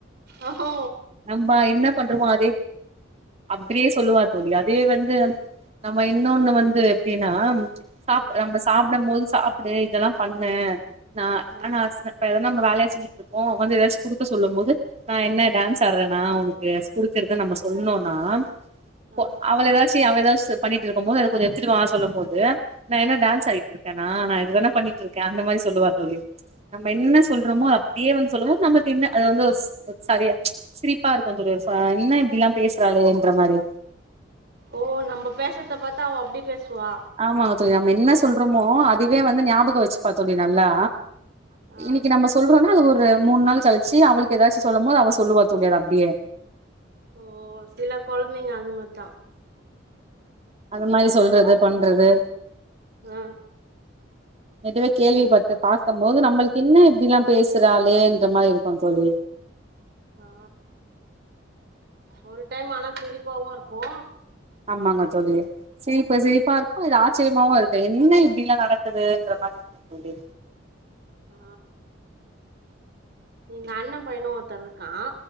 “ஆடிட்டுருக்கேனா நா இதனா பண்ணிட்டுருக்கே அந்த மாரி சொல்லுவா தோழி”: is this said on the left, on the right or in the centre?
Right